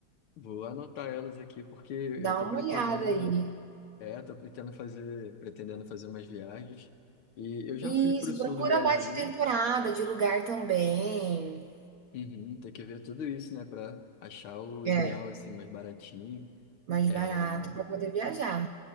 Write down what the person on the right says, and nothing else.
Dá
uma
olhada aí.
Isso,
procura
baixa temporada de lugar também.
É.
Mais
barato para poder viajar.